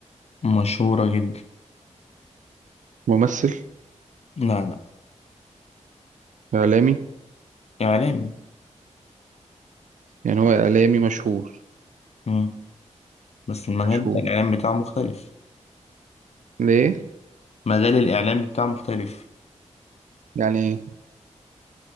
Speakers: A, on the left; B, on the right.
A: مشهورة جدا
B: ممثل
A: لا لا
B: إعلامي
A: إعلامي
B: يعني هو إعلامي مشهور
A: مم. بس المجال
B: مشهور
A: بتاع الإعلام بتاعه مختلف
B: ليه
A: مجال الإعلام بتاعه مختلف
B: يعني إيه؟